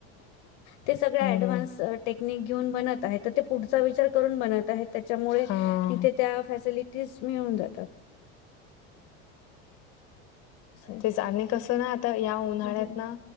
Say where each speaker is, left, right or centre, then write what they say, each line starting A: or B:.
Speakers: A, on the left; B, on the left.
A: ते सग
B: हम्म
A: डव् टेक्निक घेऊन बत पुढ विचार करून बत त्याच्यामुळे
B: हा
A: तिथे त्या तीच मिळन जातात असं आहे.
B: तेच आणि कसं ना आता या उन्हाळ्यात
A: हं. हं.
B: ना